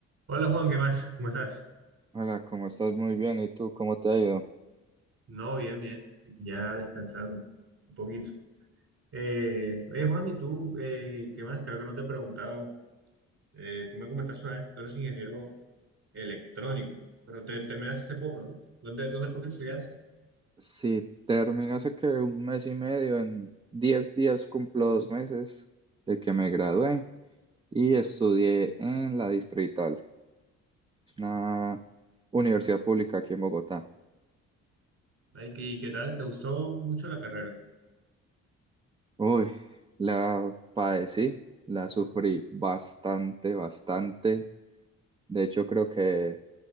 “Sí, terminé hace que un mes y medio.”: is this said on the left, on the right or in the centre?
Right